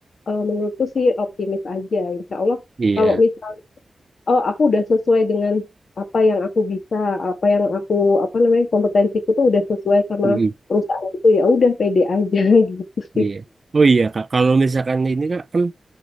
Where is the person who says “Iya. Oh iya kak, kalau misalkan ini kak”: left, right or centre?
Right